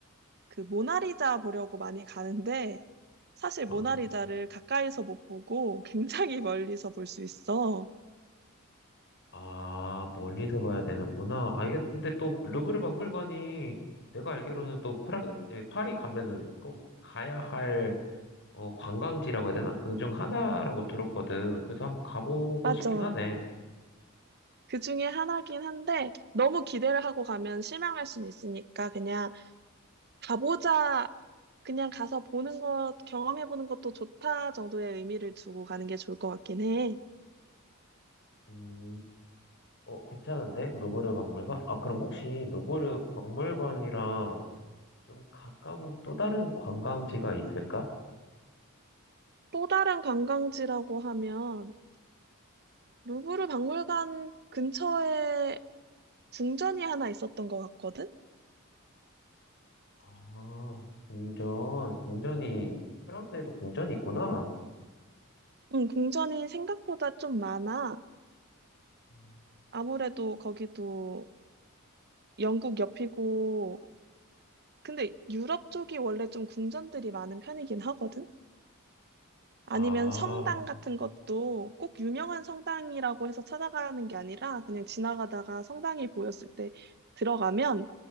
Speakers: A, on the right; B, on the left.
A: 그 모나리자 보려고 많이 가는데, 사실 모나리자를
B: 아.
A: 가까이서 못 보고 굉장히 멀리서 볼 수 있어.
B: 아, 멀리서 봐야 되는구나. 아, 이게 근데 또 루브르 박물관이 내가 알기로는 또 프랑, 예, 파리 가면은 꼭 가야 할 어, 관광지라고 해야 되나? 그 중 하나라고 들었거든. 그래서 한번 가보고
A: 맞아.
B: 싶긴 하네.
A: 그 중에 하나긴 한데, 너무 기대를 하고 가면 실망할 수는 있으니까 그냥 가보자 그냥 가서 보는 것, 경험해보는 것도 좋다 정도의 의미를 두고 가는 게 좋을 것 같긴 해.
B: 음, 어, 괜찮은데? 루브르 박물관? 아, 그럼 혹시 루브르 박물관이랑 좀 가까운 또 다른 관광지가 있을까?
A: 또 다른 관광지라고 하면 루브르 박물관 근처에 궁전이 하나 있었던 것 같거든?
B: 아, 궁전, 궁전이, 프랑스에도 궁전이 있구나.
A: 응, 궁전이 생각보다 좀 많아.
B: 음.
A: 아무래도 거기도 영국 옆이고, 근데 유럽 쪽이 원래 좀 궁전들이 많은 편이긴 하거든? 아니면
B: 아,
A: 성당 같은 것도 꼭 유명한 성당이라고 해서 찾아가는 게 아니라 그냥 지나가다가 성당이 보였을 때 들어가면